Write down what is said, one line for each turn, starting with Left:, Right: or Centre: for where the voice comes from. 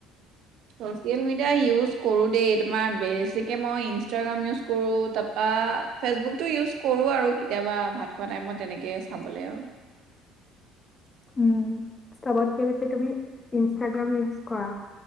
Right: ছচিয়ল মি এতিয়া ইউজ কৰো দেই তোমাৰ বেছিকে মই ইনষ্টাগ্ৰাম ইউজ কৰোঁ, তাৰপা ফেচবুকটো ইউজ কৰোঁ আৰু কেতিয়াবা ভাত খোৱা টাইমত তেনেকে চাবলৈ আৰু।
Left: উম চবত কে বেছি তুমি ইনষ্টাগ্ৰাম ইউজ কৰা?